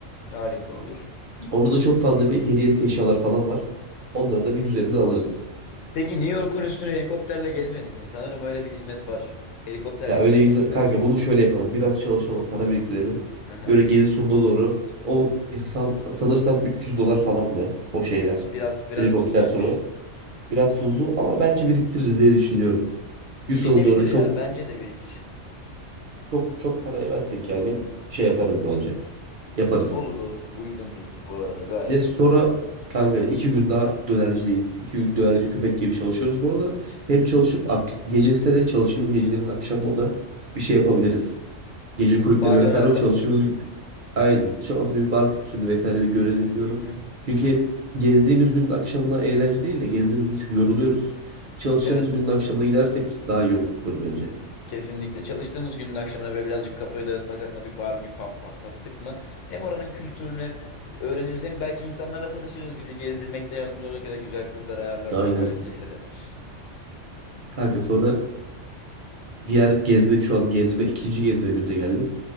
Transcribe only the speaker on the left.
harika olur.
Peki New York'un üstünü helikopterle gezmedik mi? Sanırım öyle bir hizmet var. Helikopterle
New
York
üstünden
gezdi.
Aha.
Biraz biraz
tuzluymuş.
Birikebilir
ya.
Bence de birikir.
Olur olur. Uygundur bu arada. Gayet
uygundur.
Barlara
akalım.
Hı hı.
Evet.
Kesinlikle. Çalıştığımız günün akşamına böyle birazcık kafayı dağıtmak adına bir bar, bir pub patlattık mı? Hem oranın kültürünü öğreniriz hem belki insanlarla tanışırız. Bizi gezdirmekte yardımcı olacak ya da güzel kızlar ayarlarsak
belki. <laughs>